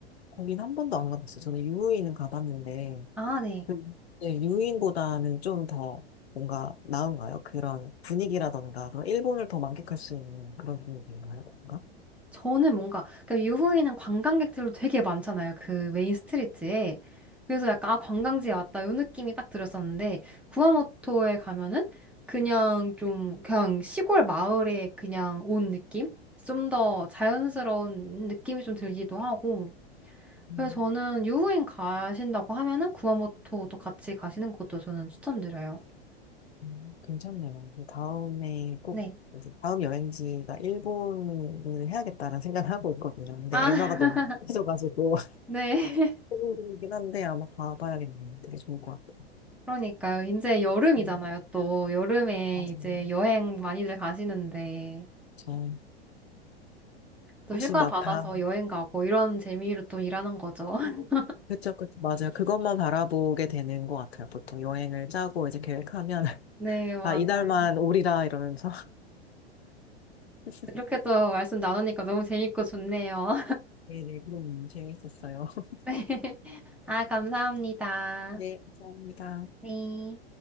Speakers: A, on the left; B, in the centre.
A: 거긴 한 번도 안 가봤어요. 저는 유후인은 가봤는데,
B: 아, 네.
A: 그- 네, 유후인보다는 좀 더 뭔가 나은가요? 그런 분위기라던가, 그런 일본을 더 만끽할 수 있는 그런 분위기인가요? 뭔가?
B: 저는 뭔가 그러니까 유후에는 관광객들도 되게 많잖아요. 그 메인 스트리트에. 그래서 약간 아 관광지에 왔다 요 느낌이 딱 들었었는데 구아모토에 가면은 그냥 좀 그냥 시골 마을에 그냥 온 느낌? 좀 더 자연스러운 느낌이 좀 들기도 하고
A: 음,
B: 그래서 저는 유후인 가신다고 하면은 구아모토도 같이 가시는 것도 저는 추천드려요.
A: 음, 괜찮네요. 그 다음에 꼭,
B: 네.
A: 이제 다음 여행지가 일본을 해야겠다는 생각을 하고 있거든요. 근데
B: 아, <laughs>
A: 엔화가 너무 커져가지고, <laughs>
B: 네.
A: 고민이긴 한데 아마 가봐야겠네요. 되게 좋을 것 같아요.
B: 그러니까요. 이제 여름이잖아요.
A: 음,
B: 또 여름에
A: 맞아요.
B: 이제 여행 많이들 가시는데
A: 저,
B: 또
A: 혹시
B: 휴가
A: 막
B: 받아서
A: 다,
B: 여행 가고 이런 재미로 또 일하는 거죠. <laughs>
A: 그쵸, 그쵸. 맞아요. 그것만 바라보게 되는 것 같아요. 보통 여행을 짜고 이제 계획하면, <laughs>
B: 네, 맞아요.
A: 아, 이날만 오리라 이러면서. <laughs>
B: 이렇게 또 말씀 나누니까 너무 재밌고 좋네요.
A: 네네, 그럼 재밌었어요. <laughs>
B: <laughs> 네. 아, 감사합니다.
A: 네, 감사합니다.
B: 네.